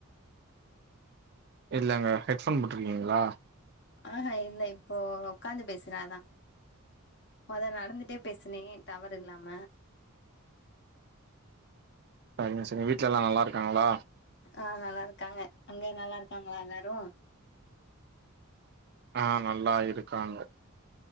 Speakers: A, on the right (about 50°); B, on the left (about 55°).
A: இல்லங்க ஹெட்ஃபோன் போட்ருக்கீங்ளா
B: ஆ ஆ இல்ல இப்போ உக்காந்து பேசுறே அதா மொத நடந்துட்டே பேசுனே டவர் இல்லாம
A: செரிங்க செரிங்க வீட்ல எல்லா நல்லா இருக்காங்களா
B: ஆ நல்லா இருக்காங்க அங்க நல்லா இருக்காங்களா எல்லாரு
A: ஆ நல்லா இருக்காங்க